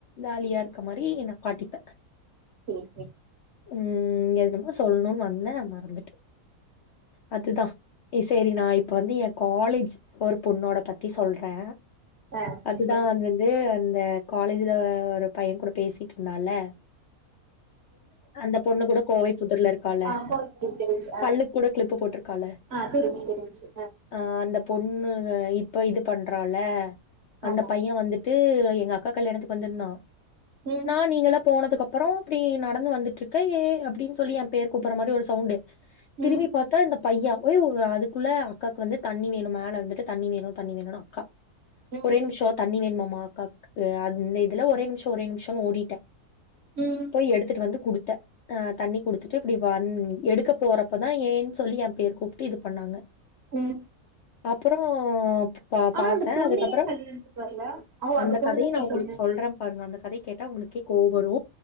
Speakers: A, on the left; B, on the right.
A: ஜாலியா இருக்க மாரி நா காட்டிப்பே
B: சேர் சே
A: ம் என்னமோ சொல்னுன் வந்தே மறந்துட்டே அதுதா சேரி நா இப்ப வந்து ஏ காலேஜ் ஒரு பொண்ணோட பத் தி சொல்றே
B: ஆ நீ
A: அதுதா
B: சொல்லு
A: அன்வந்து அந்த காலேஜுல ஒரு பைய கூட பேசிட்ருந்தால்ல அந்த பொண்ணு கூட கோவை புத்தூர்ல இருக்கால்ல
B: ஆ கோயம்புத்தூர் தெரிஞ்சு ஆ
A: பல்லுக் கூட க்ளிப்பு போட்ருக்கால்ல
B: ஆ தெரிஞ்சு தெரிஞ்சு
A: ஆ அந்த பொண்ணு இப் இப்ப இது பண்றால அந்த
B: ஆமா
A: பைய வந்துட்டு எங்க அக்கா கல்யாணத்துக்கு வந்துருந்தா
B: ம்
A: நா நீங்களா போனதுக்கப் அப்பரோ இப்டி நடந்து வந்துட்ருக்க ஏ அப்டின்னு சொல்லி எ பேர் கூப்புற மாரி ஒரு ஸ் சவுண்டு
B: ம்
A: திரும்பி பாத்தா இந்த பையா ஒய் உங்க அதுக்குள்ள அக்காக்கு வந்து தண்ணி வேணும்மா மேல இருந்துட்டு தண்ணி வேணு தண்ணி வேணுனா அக்கா
B: ம்
A: ஒரே நிம்ஷோ தண்ணி வேணுமாம் மா கார்க்கு அ இந்த இதெலாம் ஒரே நிமிஷம் ஒரே நிமிஷம் ஓடிட்டேன்
B: ம்
A: போய் எடுத்துட்டு வந்து குடுத் த ஆ தண்ணி குடுத்துட்டு இப்டி வந் எடுக்க போறப்பதா ஏன் சொல்லி எம் பேர் கூப்ட்டு இது பண்ணாங்க
B: ம்
A: அப்பறோ பா
B: ஆனா
A: பாத்த
B: அந்த பொண்ணு
A: அதுக்கப்பறோ
B: ஏ கல்யாணத்துக்கு வரல ஓ
A: அந்த
B: பொண்ணுதா
A: கதய்
B: நீ
A: நா உங்களுக்கு
B: சொன்ன
A: சொல்ற பாருங்க அந்த கதை கேட்டா உங்களுக்கே கோவ் வரு